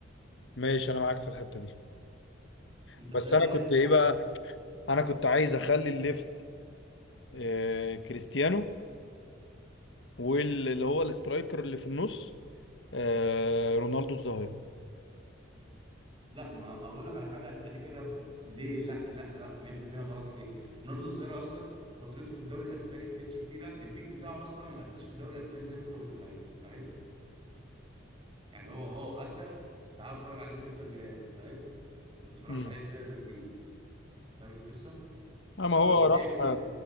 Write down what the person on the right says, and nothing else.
انت
فاهم اللي
هو اللي
احنا كده
لا ما اقول لك على حاجه انت ليه كده ليه لا لا لا 100% غلط ليه رونالدو الظاهره اصلا فترته في الدوري الاسباني ما كانتش كتيره البيك بتاعه اصلا ما قداش في الدوري الاسباني زي ما انت متخيل فاهم يعني هو اه ادى تعال اتفرج عليه في انتر ميلان فاهم ما تتفرجش
عليه في ريال مدريد فاهم القصه
فمش
اللعيب
اللي